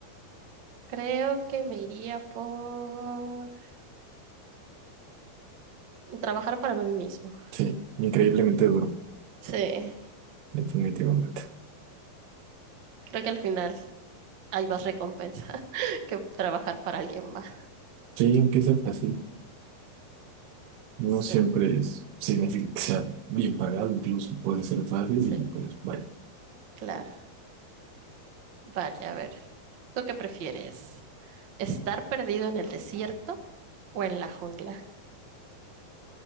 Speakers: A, on the right; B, on the right.
A: creo que me iría por trabajar para mí mismo.
B: Sí, increíblemente duro,
A: Sí,
B: definitivamente.
A: creo que al final hay más recompensa <laughs> que trabajar para alguien más.
B: Sí, aunque sea fácil, no
A: Sí,
B: siempre es, significa que sea bien pagado, incluso puede ser fácil
A: sí,
B: y pues vaya.
A: claro. Vale, a ver, ¿tú qué prefieres? ¿Estar perdido en el desierto o en la jungla?